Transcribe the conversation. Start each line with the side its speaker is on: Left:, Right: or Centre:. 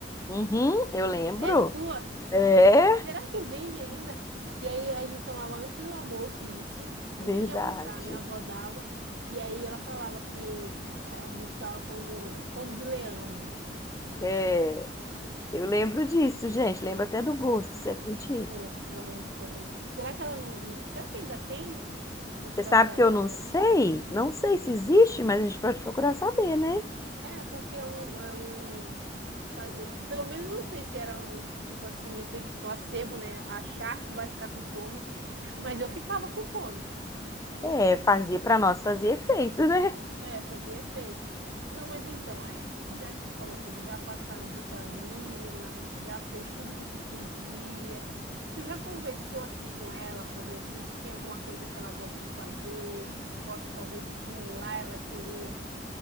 Left: Uhum, eu lembro.
Right: É da tua?
Left: É,
Right: Será que vende ainda? Que aí a gente tomava antes do almoço isso,
Left: Verdade.
Right: antes de almoçar, minha avó dava, e aí ela falava que eh, a gente ficava como fome de leão.
Left: É, eu lembro disso, gente. Lembro até do gosto, você acredita?
Right: Eu, eu lembro também. Será que ela não, não- será que ainda tem para te
Left: Você sabe
Right: dar para
Left: que
Right: ela,
Left: eu não
Right: sei
Left: sei?
Right: lá?
Left: Não sei se existe, mas a gente pode procurar saber, né?
Right: É, porque é um, é um fa- eh, pelo menos eu não sei se era um tipo assim, efeito placebo, né? Achar que vai ficar com fome, <laughs> mas eu ficava com fome.
Left: É, fazer para nós fazer efeito, né?
Right: É, fazia efeito. Não, mas então, é, já que tu falou que eles já passaram vitamina, já fez tudo que tu podia, tu já conversou assim com ela para ver assim se tem alguma coisa que ela gosta de fazer, que possa talvez estimular ela a querer